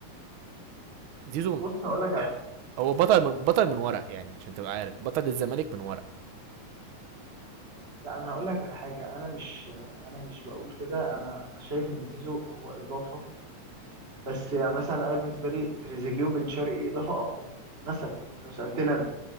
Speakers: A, on the right; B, on the right.
A: زيزو
B: بص هقول لك على حاجه
A: هو بطل من بطل من ورق يعني عشان تبقى عارف بطل الزمالك من ورق
B: لا انا هقول لك على حاجه انا مش انا مش بقول كده انا انا شايف ان زيزو هو اضافه بس يعني مثلا انا بالنسبه لي تريزيجيه وبن شرقي اضافه اقوى مثلا يعني لو سالتني انا